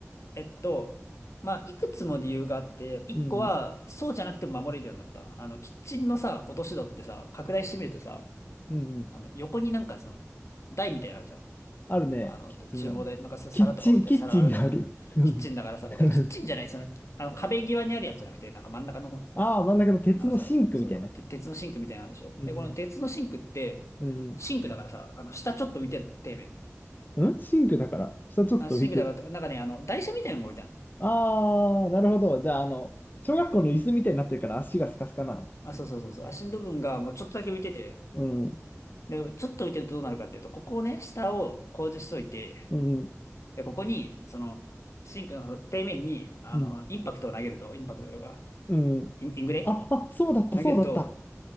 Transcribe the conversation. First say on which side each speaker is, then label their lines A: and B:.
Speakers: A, on the left; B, on the left.
A: えっと、まあ、いくつも理由があって、一個は、
B: うん、
A: そうじゃなくても守れるようになった。あの、キッチンのさ、落とし戸ってさ、拡大してみるとさ、
B: うん、うん。
A: あの、横になんかその、台みたいなのあるじゃん。
B: あるね。
A: あの、
B: キッチンの。
A: で厨房で、なんかさ皿とか置いて、
B: キッチン、キッチンがある。
A: 皿あるんだから、
B: うん
A: キッチンだからさ、
B: <laughs>
A: えキッチンじゃない、その、あの、壁際にあるやつじゃなくて、なんか真ん中の方に。
B: ああ、真ん中の鉄のシンクみたいなやつ。
A: なんかさ、そう、なんかて鉄のシンクみたいなのでしょで、
B: うん、
A: この鉄のシンクって、
B: うん、
A: シンクだからさ、あの、下ちょっと浮いてんの、底面。
B: うん。んシンクだから、下ちょっと浮いてる。
A: あ、シンクだから、なんかね、あの、台車みたいなのが置いてあるのよ。
B: ああ、なるほど。じゃあ、あの、小学校の椅子みたいになってるから足がスカスカなの。
A: あ、そうそうそうそう。足の部分がもうちょっとだけ浮いてて、
B: うん、
A: で、ちょっと浮いてるとどうなるかっていうと、ここをね、下を工事しといて、
B: うん、
A: で、ここに、その、シンクの底面に、あの、
B: うん、
A: インパクトを投げると、インパクトとか、
B: うん。
A: イン、イングレ
B: あ、あ、そうだった、
A: 投げると、
B: そうだった。